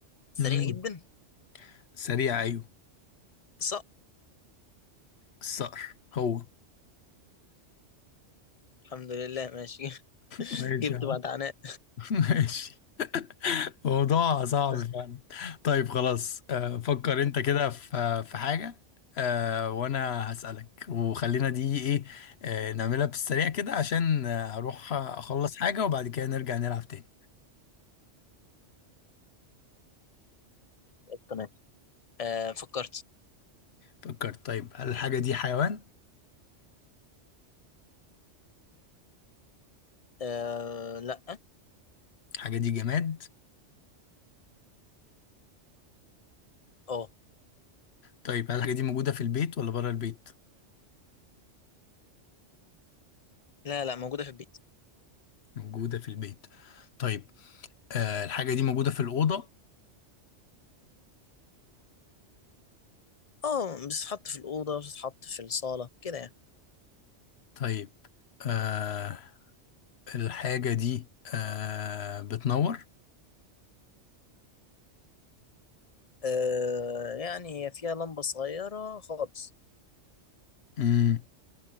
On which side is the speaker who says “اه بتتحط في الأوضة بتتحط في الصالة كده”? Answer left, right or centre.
Left